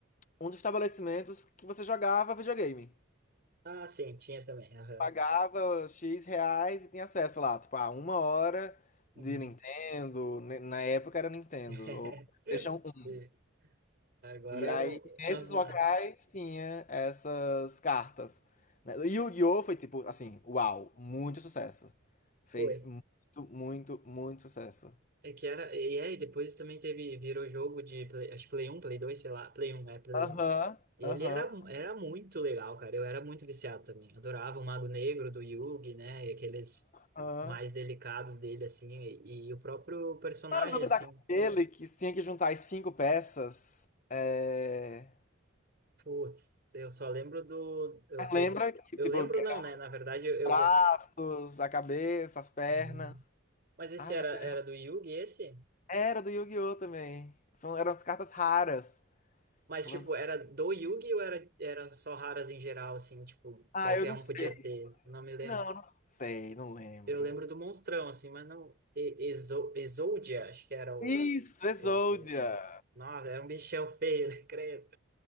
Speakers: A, on the left; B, on the right.
A: uns estabelecimentos que você jogava videogame.
B: Ah, sim, tinha também. Aham.
A: Pagava X reais e tinha acesso lá, tipo, a uma hora
B: Uhum.
A: de Nintendo. ne- Na época era Nintendo,
B: <laughs>
A: ou PlayStation
B: Sim.
A: um
B: Agora
A: E
B: é
A: aí,
B: o,
A: nesses
B: o Asnaf.
A: locais, tinha essas cartas. né? E o Yu-Gi-Oh! foi tipo, assim, uau, muito sucesso. Fez
B: Foi.
A: muito, muito, muito sucesso.
B: É que era. E aí, depois também teve. Virou jogo de. Play, acho que Play um Play 2 sei lá. Play um é Play
A: Aham,
B: um E ele
A: aham,
B: era, era muito legal, cara. Eu era muito viciado também. Adorava o Mago Negro do Yugi, né? E aqueles
A: aham.
B: mais delicados dele, assim. E, e o próprio personagem,
A: Qual era o nome
B: assim.
A: daquele que tinha que juntar as cinco peças? É...
B: Putz, eu só lembro do. Eu,
A: Mas
B: que
A: Lembra
B: eu,
A: que,
B: eu
A: tipo,
B: lembro,
A: eram
B: não, né? Na verdade,
A: os
B: eu, eu
A: braços,
B: gost-
A: a cabeça, as pernas.
B: Uhum. Mas esse
A: Ah,
B: era,
A: meu Deus.
B: era do Yugi, esse?
A: Era do Yu-Gi-Oh! também. São, eram as cartas raras.
B: Mas,
A: Você-
B: tipo, era do Yugi ou era, era só raras em geral, assim, tipo,
A: Ah,
B: qualquer
A: eu não
B: um
A: sei.
B: podia ter? Eu Não me lembro.
A: Não, eu não sei, não lembro.
B: Eu lembro do Monstrão, assim, mas não. E- Exo, Exodia, acho que era o.
A: Isso, Exodia.
B: Exodia. Nossa, era um bichão feio, né, <laughs> credo?